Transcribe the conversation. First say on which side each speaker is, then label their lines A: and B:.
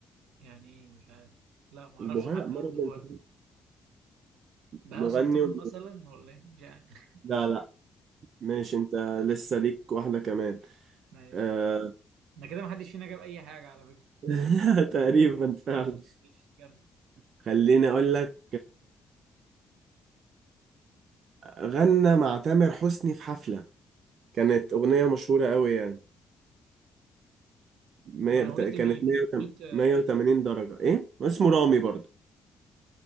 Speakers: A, on the right; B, on the right.
A: يعني ايه مش عارف لا ما اعرفش
B: البهاء
A: حد
B: مرض
A: عنده بهاء
B: البهاء
A: بهاء
B: مغني
A: سلطان
B: و...
A: مثلا ولا ايه مش عارف
B: لا لا ماشي انت لسه ليك واحدة كمان
A: <laughs> ماشي
B: آه...
A: انا كده ما حدش فينا جاب اي حاجه على فكره
B: <laughs> تقريبا فعلا
A: ماشي، كمل
B: خليني اقول لك غنى مع تامر حسني في حفلة كانت أغنية مشهورة قوي يعني مية
A: وانا
B: بتا...
A: قلت
B: كانت
A: مين انا قلت آه،
B: 180 درجة إيه؟ اسمه رامي برضه